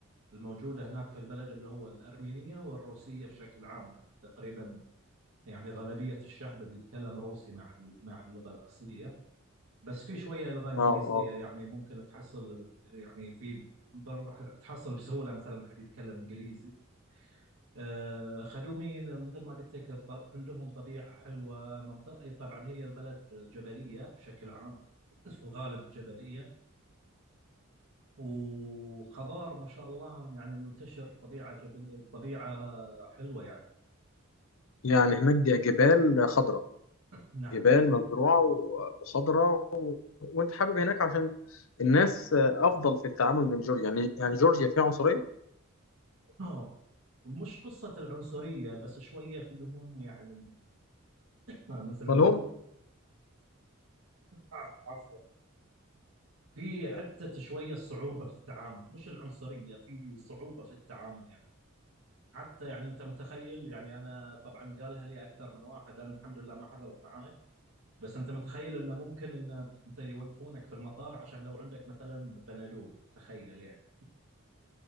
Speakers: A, on the right (about 85°); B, on the left (about 70°).
A: الموجوده هناك في البلد اللي هو الارمينيه والروسيه بشكل عام يعني تقريبا يعني غالبيه الشعب بيتكلم روسي مع ال- مع اللغه الاصليه بس في شويه لغه انجليزيه
B: اه اه
A: يعني ممكن تحصل يعني في بر- راح تحصل بسهوله مثلا حد يتكلم انجليزي آه، خدومين مثل ما قلت لك ط- عندهم طبيعة حلوة منطقة طبعا هي البلد جبلية بشكل عام في الغالب جبلية وخضار ما شاء الله يعني منتشر طبيعة جبل طبيعة حلوة يعني
B: يعني هناك ج- جبال خضراء
A: نعم
B: جبال مزروعه وخضراء و... وانت حابب هناك عشان الناس آه، افضل في التعامل من جورجيا يعني يعني جورجيا فيها عنصريه
A: آه، مش قصة العنصرية بس شوية فيهم يعني آه، مثل
B: مالهم
A: ما نقول آه، عفوا في
B: آه،
A: حتى شوية صعوبة في التعامل مش العنصرية في صعوبة في التعامل يعني حتى يعني انت متخيل يعني انا طبعا قالها لي اكثر من واحد لان الحمد لله ما حصلت معاي بس انت متخيل انه ممكن ان انت أنت يوقفونك في المطار عشان لو عندك مثلا بنادول تخيل يعني